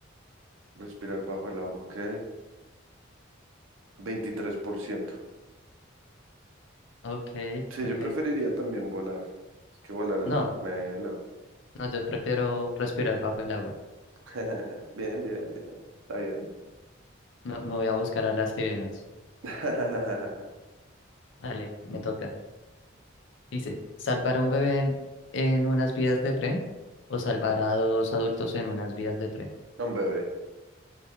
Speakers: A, on the right (about 80°); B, on the left (about 65°).
A: Respirar bajo el agua, ok. veintitrés por ciento
B: Ok,
A: Sí,
B: ok.
A: yo preferiría también volar. Es que volar
B: No,
A: es melo.
B: no, yo prefiero respirar bajo el agua.
A: <laughs> Bien, bien, bien. ¿Está bien?
B: No, me voy a buscar a las sirenas.
A: <laughs>
B: Dale, me toca. Dice, ¿salvar a un bebé en, en unas vías de tren o salvar a dos adultos en unas vías de tren?
A: Un bebé.